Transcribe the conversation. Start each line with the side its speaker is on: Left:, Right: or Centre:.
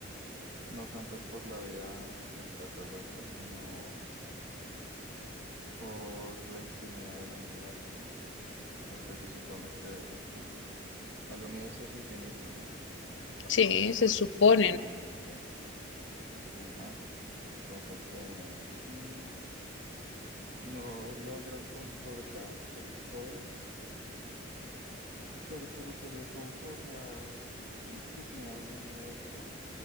Right: no tanto por la vida extraterrestre, sino por la infinidad del universo, porque se supone que una- el universo es infinito, ¿no?
Left: Sí, se supone.
Right: Supuestamente, ajá, cosa que... mm, No logro concordar del todo, pero preguntaría como por la infinidad del universo